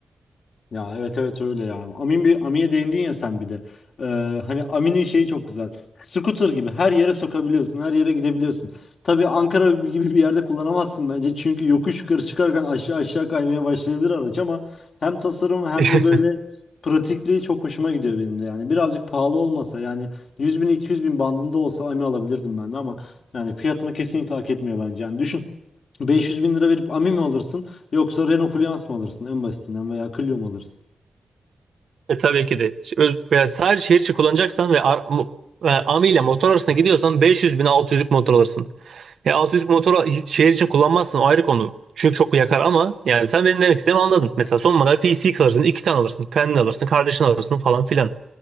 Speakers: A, on the left; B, on the right.
A: Ya evet evet öyle ya. Amin bir Ami'ye değindin ya sen bir de. Ee, hani Amin'in şeyi çok güzel. Scooter gibi her yere sokabiliyorsun, her yere gidebiliyorsun. Tabii Ankara gibi bir yerde kullanamazsın bence. Çünkü yokuş yukarı çıkarken aşağı aşağı kaymaya başlayabilir araç ama hem tasarım hem
B: <laughs>
A: de böyle pratikliği çok hoşuma gidiyor benim de yani. Birazcık pahalı olmasa yani 100 bin 200 bin bandında olsa Ami alabilirdim ben de ama yani fiyatını kesinlikle hak etmiyor bence. Yani düşün 500 bin lira verip Ami mi alırsın yoksa Renault Fluence mı alırsın en basitinden veya Clio mu alırsın?
B: E tabii ki de. Ş- ö- Veya sadece şehir içi kullanacaksan ve ar- mo- e, Ami ile motor arasına gidiyorsan 500 bin 600'lük motor alırsın. E 600 motoru hiç şehir için kullanmazsın o ayrı konu. Çünkü çok yakar ama yani sen benim demek istediğimi anladın. Mesela son model PCX alırsın, iki tane alırsın, kendin alırsın, kardeşin alırsın falan filan.